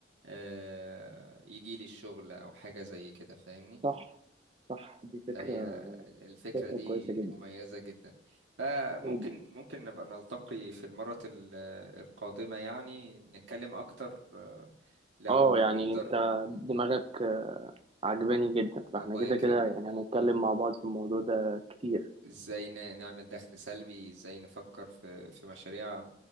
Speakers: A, on the right; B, on the right.
A: آه، يجي لي الشغل او حاجة زي كده فاهمني
B: صح صح دي فكرة
A: فهي ال- الفكرة
B: فكرة
A: دي
B: كويسة جدا
A: مميزة جدا فممكن
B: جدا
A: ممكن نبقى نلتقي في المرة ال- القادمة يعني نتكلم اكتر آه، لو
B: اه يعني
A: نقدر
B: انت دماغك عجباني جدا فاحنا
A: الله
B: كده
A: يكرمك
B: كده يعني هنتكلم مع بعض في الموضوع ده كتير
A: ازاي ن- نعمل دخل سلبي ازاي نفكر في في مشاريع